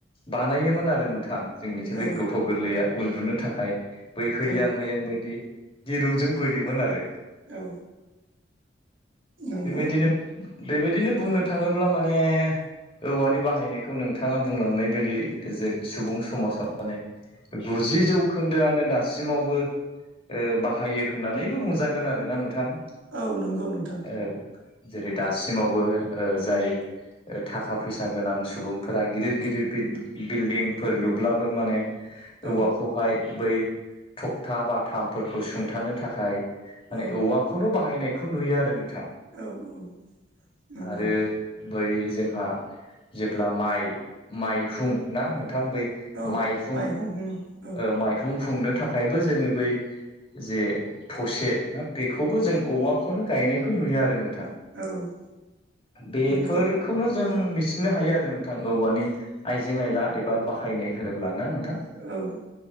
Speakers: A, on the left; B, on the right.
A: बानायोमोन आरो नोंथां। जोंनिथिं बे
B: औ
A: गथ' गोरलैया उन्दुनो थाखाय बै हैयां
B: औ
A: मैयां बायदि दिरुंजों बोयोमोन आरो।
B: औ। नंगौ
A: बेबायदिनो बेबायदिनो बुंनो थाङोब्ला माने औवानि बाहायनायखौ नोंथाङा बुंलांनाय बायदि जे सुबुं समाजाव माने गुजि जौखोन्दोआनो दासिमावबो ओ- बाहायो होननानैबो बुंजागोन आरोना नोंथां।
B: औ- नंगौ नोंथां।
A: औ जेरै दासिमावबो ओ- जाय ओ- थाखा फैसा गोनां सुबुंफोरा गिदिर गिदिर बिल्डिंफोर लुब्लाबो माने औवाखौहाय
B: औ
A: बै थखथा बाथामफोरखौ सुंथानो थाखाय माने
B: औ
A: औवाखौनो बाहायनायखौ नुयो आरो नों
B: औ- औ- नंगौ
A: आरो बै जोंहा जेब्ला माइ- माइहुं ना- बै
B: औ
A: मायफुं
B: माइहुं
A: ओ-
B: हुङो औ
A: मायफुं खुंनो थाखायबो जोङो बै जे थसे ना बेखौबो जों औवाखौनो गायनायखौ नुयो आरो नोंथां।
B: औ-
A: बेफोरखौनो
B: नंगौ
A: जों मिथिनो हायो आरो नोंथां औवानि आइजें आइला एबा बाहायनाय होनोब्ला ना- नोंथां
B: औ-